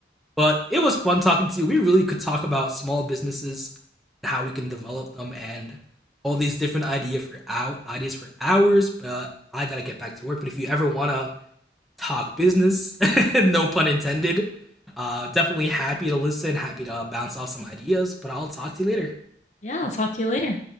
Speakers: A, in the centre; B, on the left.
A: But it was fun talking to you. We really could talk about small businesses and how we can develop them and all these different idea for hour, ideas for hours, but I gotta get back to work. But if you ever wanna talk business, <laughs> no pun intended, uh, definitely happy to listen, happy to bounce off some ideas. But I'll talk to you later.
B: Yeah, I'll talk to you later.